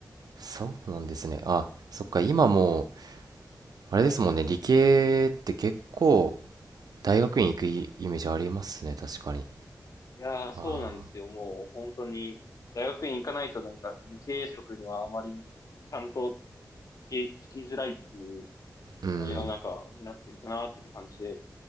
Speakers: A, on the right (about 80°); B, on the left (about 60°).
A: そうなんですね。あ、そっか、今もう、あれですもんね、
B: はい。
A: 理系って結構、大学院行くイメージありますね、確かに。
B: いやー、そうなんですよ。
A: ああ、
B: もう本当に、大学院行かないとなんか理系職にはあまりちゃんと聞き、聞きづらいっていう、
A: うん。
B: まあ、世の中になってるかなっていう感じで、